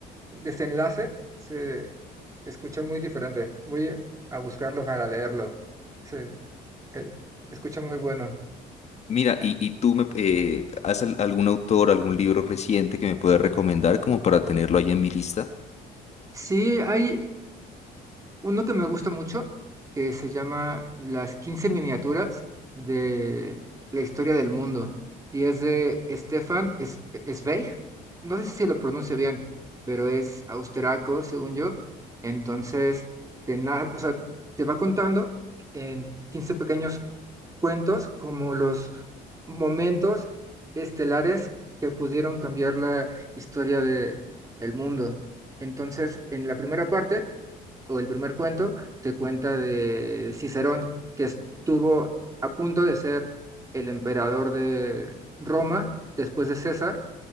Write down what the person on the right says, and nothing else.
desenlace se escucha muy diferente. Voy a buscarlo para leerlo. Se eh, escucha muy bueno.
Sí, hay. uno que me gusta mucho, que se llama Las quince miniaturas de la historia del mundo. Y es de Stefan Es- Zweig. No sé si lo pronuncio bien, pero es austriaco, según yo. Entonces, te, na- o sea, te va contando en 15 pequeños cuentos como los momentos estelares que pudieron cambiar la historia de, el mundo. Entonces, en la primera parte o el primer cuento, te cuenta de Cicerón, que estuvo a punto de ser el emperador de Roma después de César,